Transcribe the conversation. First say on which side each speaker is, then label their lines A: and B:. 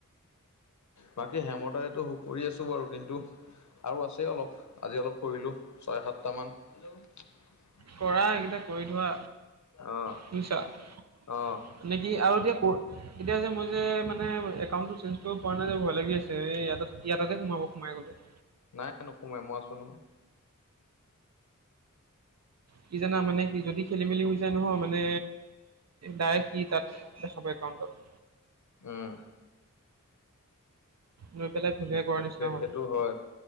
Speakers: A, on the left; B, on the right.
A: বাকী হেমতাইতো কৰি আছো বাৰু কিন্তু আৰু আছেই অলপ আজি অলপ কৰিলোঁ ছয় সাতটামান। হেল্ল'
B: কৰা এইকেইটা কৰি থোৱা
A: অ',
B: বুজিছা
A: অ'।
B: নেকি আৰু এতিয়া কৰ এতিয়া যে মই যে মানে একাউণ্টটো চেঞ্জ কৰিব পৰা নাই যে ভয় লাগি আছে এই ইয়াত ইয়াতে সোমাব সোমাই গলে
A: নাই নাই নোসোমাই মই আছো নহয়।
B: কি জানা মানে সি যদি খেলি মেলি হৈ যায় নহয় মানে ডাইৰেক্ট ই তাত দেখাব একাউণ্টত
A: উম
B: লৈ পেলাই <inaudible>
A: সেই
B: হ'ল
A: সেইটো হয়